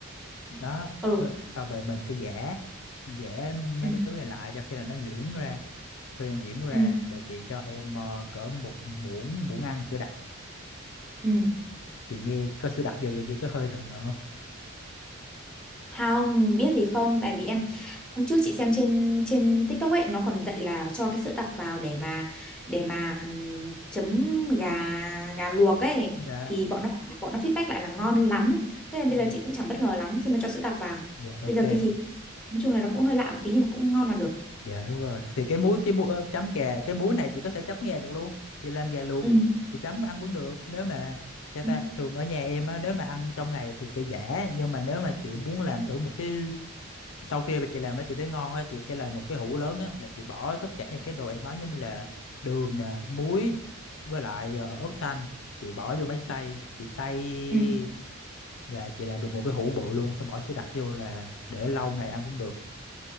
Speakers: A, on the left; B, in the centre.
A: đó.
B: Ừ.
A: Rồi Sau về mình sẽ giã, giã mấy
B: Ừ.
A: cái thứ này lại cho khi là nó nhuyễn ra, khi nó nhuyễn ra
B: Ừ.
A: là chị cho em ờ, cỡ một muỗng muỗng ăn sữa đặc.
B: Ừ.
A: Chị nghe có sữa đặc vô vậy nghe có hơi rợn rợn không?
B: Không, biết gì không? Tại vì em hôm trước chị xem trên trên TikTok ấy nó còn dạy là cho cái sữa đặc vào để mà để mà ừm, chấm gà gà luộc ấy
A: Dạ,
B: thì bọn nó bảo là- bọn nó feedback lại là ngon lắm. Thế nên
A: Ừ.
B: bây giờ chị cũng chẳng bất ngờ lắm khi mà cho sữa đặc vào.
A: dạ ok.
B: Bây giờ cái gì nói chung là nó cũng hơi lạ một tí nhưng mà cũng ngon là được.
A: gà đúng rồi. Thì cái muối cái muối ờ, chấm gà, cái muối này chị có thể chấm gà được luôn. Chị làm gà luộc,
B: Ừ.
A: chị chấm ăn vẫn được. Nếu mà sao
B: Ừ,
A: ta thường ở nhà em á, nếu mà ăn trong ngày thì sẽ giả, nhưng mà nếu mà chị muốn làm thử một cái sau kia mà chị làm nó chị thấy ngon á, chị sẽ làm một cái hũ lớn á là chị bỏ tất cả những cái đồ em nói như là đường nè, muối với lại ờ, ớt xanh, chị bỏ vô máy xay, chị xay
B: ừ,
A: là chị làm được một cái hũ bự luôn, xong bỏ sữa đặc vô là để lâu ngày ăn cũng được.